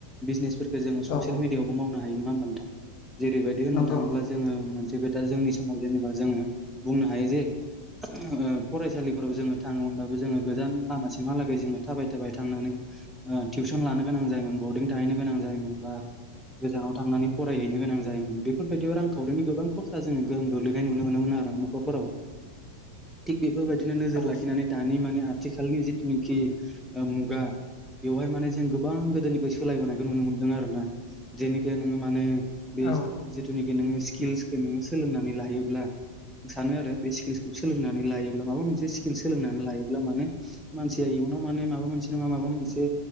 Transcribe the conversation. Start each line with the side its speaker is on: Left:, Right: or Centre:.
Centre: बिजनेसफोर जोङो ससेल
Left: औ
Centre: मिडियावबो मावनो हायो नङा होमबा नोंथां जेरैबायदि होननो
Left: नंगौ
Centre: थाङोब्ला
Left: नंगौ
Centre: जोङो मोनसे दा जोंनि समाव जेनेबा जोङो बुंनो हायो जे ओ फरायसालिफोराव जोङो थाङोमोनबाबो जोङो गोजान लामासिमहालागै जोङो थाबाय थाबाय थांनानै ओ टिउसन लानो गोनां जायोमोन बर्दिं थाहैनो गोनां जायोमोन बा गोजानाव थांनानै फरायहैनो गोनां जायोमोन बेफोरबायदियाव रांखावरिनि गोबां खरसा जोङो गोहोम गोग्लैनाय नुनो मोनोमोन आ रो न'खरफोराव थिग बे फोरबादिनो नोजोर
Left: औ
Centre: लाखिनानै दानि माने आथिखालनि जिथुनेखि ओ मुगा बेवहाय माने जों गोबां गोदोनिफ्राय सोलायबोनायखौ नुनो मोनदों आरो ना जेनेखे नोङो माने बे
Left: औ
Centre: जिथुनेखि नोङो स्किल्सखो नोङो सोलोंनानै लायोब्ला सानो आरो बे सि किल्स सोलोंनानै लायोब्ला माबा मोनसे स्किल सोलोंनानै लायोब्ला माने मानसिया इयुन नाव माने माबा मोनसे नङा माबा मोनसे